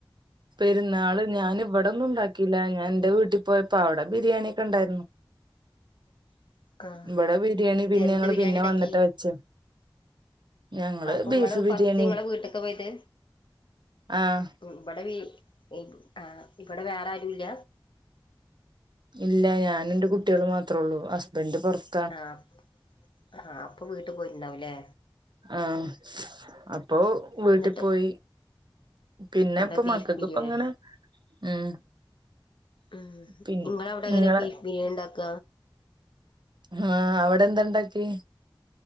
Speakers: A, on the right; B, on the left.
A: പെരുന്നാള് ഞാൻ ഇവടെന്നും ഉണ്ടാക്കിയില്ല. ഞാൻ ഇന്റെ വീട്ടിൽ പോയപ്പോ അഒടെ ബിരിയാണി ഒക്കെ ഉണ്ടായിരുന്നു.
B: <inaudible> ആഹ്
A: ഇവിടെ ബിരിയാണി പിന്നെ
B: എന്ത്
A: ഞങ്ങള്
B: ബിരിയാണി
A: പിന്നെ
B: ഇണ്ടാക്കി.
A: വന്നിട്ടാ വെച്ചേ ഞങ്ങള്
B: അപ്പ
A: ബീഫ്
B: ഇങ്ങള്
A: ബിരിയാണി
B: ഫസ്റ്റ് ഇങ്ങളെ വീട്ടുക്കാ പോയത്.
A: ആഹ്
B: ഇബ്ടെ ബി ആ ഇബിടെ വേറെ ആരുല്ല.
A: ഇല്ല ഞാനും ഇന്റെ കുട്ട്യേളും മാത്രള്ളൂ. ഹസ്ബൻഡ് പൊറ്ത്ത്
B: ആഹ് ആഹ് അപ്പൊ വീട്ടിൽ പോയിട്ടുണ്ടാവുല്ലേ.
A: ആഹ് അപ്പോ വീട്ടി
B: എന്നിട്ട്
A: പോയി. പിന്നെ
B: അവിടെ
A: ഇപ്പൊ
B: ബീഫ്
A: മക്കക്ക്
B: ബിരിയാണി
A: ഇപ്പ ഇങ്ങനെ ഉം
B: ഉം
A: പിന്നെ
B: ഇങ്ങളെ ഔടെ എങ്ങനെ
A: നിങ്ങളെ
B: ബീഫ് ബിരിയാണി ഇണ്ടാക്ക.
A: ആഹ് അവ്ടെ എന്താണ്ടാക്ക്യെ.